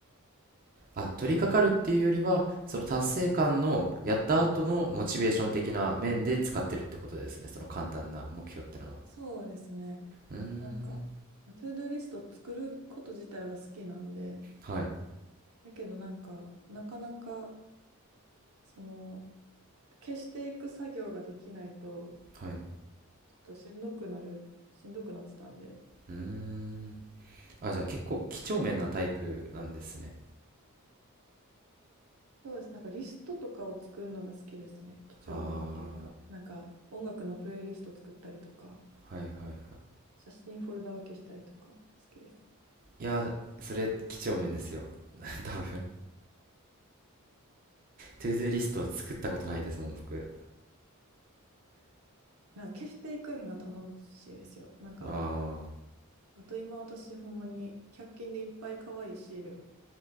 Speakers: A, on the right; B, on the right.
A: <laughs>
B: あ取り掛かるっていうよりはその達成感のやった後のモチベーション的な面で使ってるってことですねその簡単な目標ってのは
A: なんそうですね。
B: うーん
A: なんか、トゥードゥーリスト作ること自体は好きなんで、
B: はい
A: だけどなんか、なかなか、その、消していく作業ができないと、
B: はい
A: としんどくなる、しんどくなってたんで、
B: うーんあじゃあ結構几帳面なタイプなんですね
A: そうです。なんかリストとかを作るのが好きですね。几帳面っていうか、
B: あ
A: なんか音楽のプレイリスト作ったりとか、
B: あーはいはいはい
A: 写真フォルダ分けしたりとか好きです。
B: いや、それ、几帳面ですよ。<laughs> 多分、トゥードゥーリストを作ったことないですもん、僕。
A: なんか消していくんが楽しいですよ。なんか、
B: あ
A: あと今私ほんまに100均でいっぱい可愛いシール